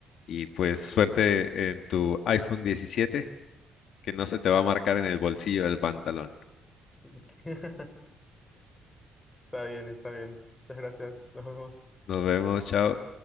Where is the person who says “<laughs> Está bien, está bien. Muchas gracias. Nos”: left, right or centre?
Left